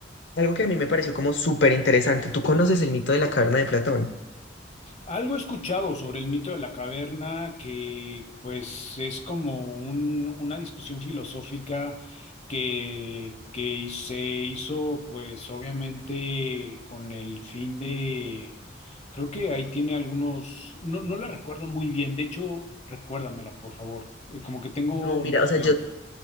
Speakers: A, on the left (about 70°); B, on the left (about 35°).
A: algo que a mí me pareció como súper interesante. ¿Tú conoces el mito de la caverna de Platón?
B: Algo he escuchado sobre el mito de la caverna que pues es como un- una discusión filosófica que, que se hizo pues obviamente con el fin de, creo que ahí tiene algunos, no, no la recuerdo muy bien, de hecho recuérdamela por favor, Eh, como que tengo
A: No, mira,
B: noción.
A: o sea, yo